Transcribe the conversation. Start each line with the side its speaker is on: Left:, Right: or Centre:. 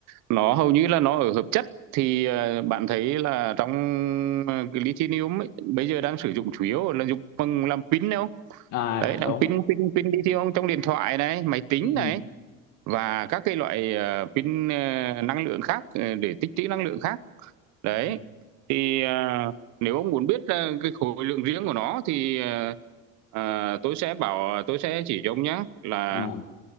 Right: nó hầu như là nó ở hợp chất, thì, ờ, bạn thấy là trong, ờ, cái lithium ấy, bây giờ đang sử dụng chủ yếu là dùng bằng làm pin đâu
Left: à
Right: Đấy, làm
Left: đúng
Right: pin pin pin lithium trong điện thoại này, máy tính
Left: ừ
Right: này, và các cái loại, ờ, pin, ờ, năng lượng khác, ờ, để tích trữ năng lượng khác đấy
Left: Ừ.
Right: thì à, nếu ông muốn biết à, cái khối lượng riêng của nó thì à, à, tôi sẽ bảo tôi sẽ chỉ cho ông nhé là
Left: ờ